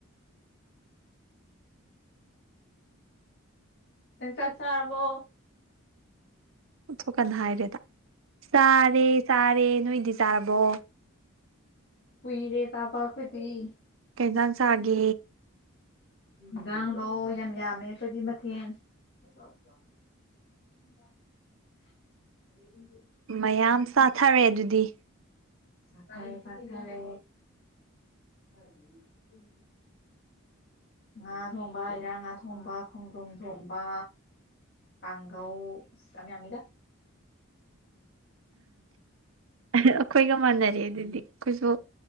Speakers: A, on the left; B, on the right.
A: ꯅꯪ ꯆꯥꯛ ꯆꯥꯔꯕꯣ
B: <inaudible> ꯑꯣꯟꯊꯣꯛꯀꯟ ꯍꯥꯏꯔꯦꯗ ꯆꯥꯔꯦ ꯆꯥꯔꯦ ꯅꯣꯏꯗꯤ ꯆꯥꯔꯕꯣ
A: ꯀꯨꯏꯔꯦ ꯇꯥꯕ ꯑꯩꯈꯣꯏꯗꯤ
B: ꯀꯩꯟꯖꯥꯟ ꯆꯥꯒꯦ
A: ꯏꯟꯖꯥꯡꯂꯣ ꯌꯥꯝ ꯌꯥꯝꯃꯦ ꯑꯈꯣꯏꯗꯤ ꯃꯊꯦꯟ <unintelligible> <unintelligible> <unintelligible>
B: ꯃꯌꯥꯝ ꯆꯥꯊꯔꯦ ꯑꯗꯨꯗꯤ
A: ꯆꯊꯥꯔꯦ ꯆꯊꯥꯔꯦ <unintelligible> ꯉꯥ ꯊꯣꯡꯕ ꯏꯔꯥꯡ ꯉꯥ ꯊꯣꯡꯕ ꯈꯣꯡꯗ꯭ꯔꯨꯝ ꯊꯣꯡꯕ ꯀꯥꯡꯒꯧ ꯑꯁ ꯌꯥꯝ ꯌꯥꯝꯃꯤꯗ
B: ꯑꯩꯈꯣꯏꯒ ꯃꯥꯟꯅꯔꯦ ꯑꯗꯨꯗꯤ ꯑꯩꯈꯣꯏꯖꯨ